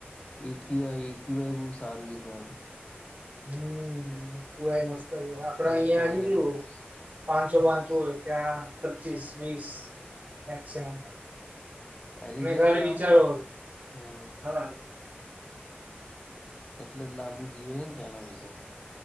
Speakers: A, on the left (about 30°); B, on the right (about 40°).
A: એક્યુઆઈ એક્યુઆઈ બહુ સારું છે ત્યાંનું
B: હમ્મ મસ્ત આપડે અહિગુંયુ
A: એર ક્વોલિટી
B: પાંચસો
A: હમ
B: પાંચ હોય ત્યાં પચીસ વીસ મેક્સિમમ
A: અઝીઝ
B: મેં
A: ને
B: ખાલી
A: તો લાબુંજ
B: વિચારો હોય.
A: હમ્મ
B: હા
A: એટલે લાંબુ જીવે છે ને ત્યાંના લોકો